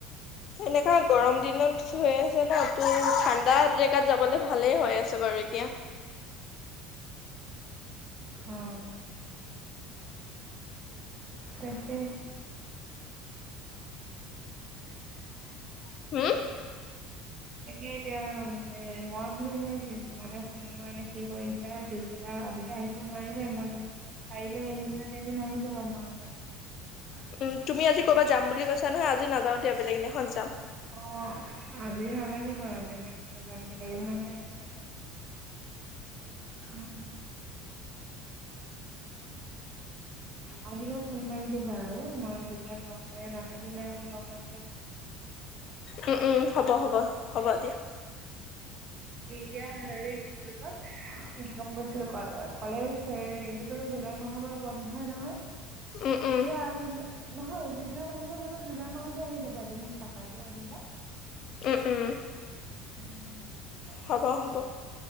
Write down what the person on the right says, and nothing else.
অহ। তাকে।
তাকে এতিয়া মই বোলো সেই তোমালোক শুনো মানে কি কৰিছা পিছবেলা আজিটো আহিব নোৱাৰিবাই মইতো পাৰিলে এইকেইদিনতে এদিন আহি যাবা মা তাত।
অ' আজি নালাগে বাৰু আজ মই এফালে যামে মানে। উম আহিলে। ফোন মাৰি দিবা আৰু মই যেতিয়া নাথাকিলে। লগ বাকি
এতিয়া। হেৰি কি বুলি কয় গৈছিলো কলেজ হেৰি এইটোতো জুলাই মাহৰ পৰা বন্ধই নহয়।
দিয়া হব নহয় এইকেইদিনত আহিব নহয়। জুলাই মাহতে আহি যাবা এদিন থাকাকেও আহিবা।
উম।